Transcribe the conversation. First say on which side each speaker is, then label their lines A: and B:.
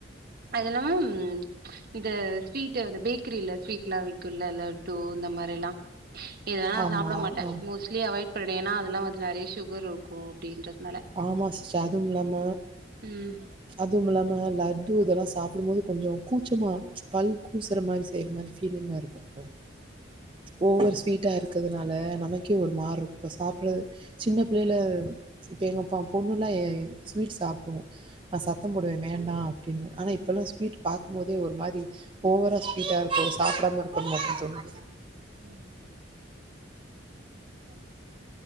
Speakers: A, on the right (about 50°); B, on the right (about 30°).
A: அது இல்லாம இந்த ஸ்வீட் அதுல பே க்கரில ஸ்வீட்லா விக்குல்ல லட் டு இந்த மார எல்லா இதெல்லா நா
B: ஆமா.
A: சாப்பட மாட்டே
B: ஆ
A: மோஸ்லி அவாய்ட் பண்ணணு ஏன்னா அதுல வந்து நெறைய சுகர் இருக்கு அப்டின்றதுனா
B: ஆமா சிஸ்டர் அதுவு இல்லாம
A: ம்
B: அதுவு இல்லாம லட்டு இதெல்லா சாப்பிடும்போது கொஞ்ச கூச்சமா பல் கூசற மாரி செய்ற மாரி ஃபீலிங்லா இருக்குல ஓவர் ஸ்வீட்டா இருக் க்கிறதுனால நமக்கே ஒரு மார்ரு இருக்கு இப்ப சாப்படுற சின்ன பிள்ளைல எங்கப்பா பொண்ணுல்லா அ ஸ்வீட் சாப்பிடுவோ நா சத்தோ போடுவே வேண்டா அப்படின்னு ஆனா இப்பல்லா ஸ்வீட் பாக்கும் போதே ஒரு மாரி ஓவரா ஸ்வீட்டா இருக்கு சாப்பிடாம இருக்கும்ன்னு மட்டு தோணுது
A: உ உ